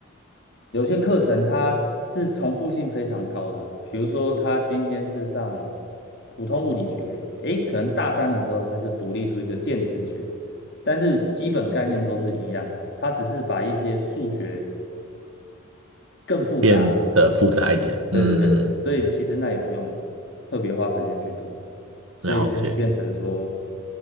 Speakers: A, on the left; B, on the right.
A: 有些课程它是重复性非常高的，比如说他今天是上普通物理学，诶，可能大三的时候他就独立出一个电磁学，但是基本概念都是一样，他只是把一些数学更复杂，
B: 变得复杂一点。
A: 对对对，
B: 嗯，嗯
A: 所以其实那也不用特别花时间去读，所以就会变成说，
B: 了解，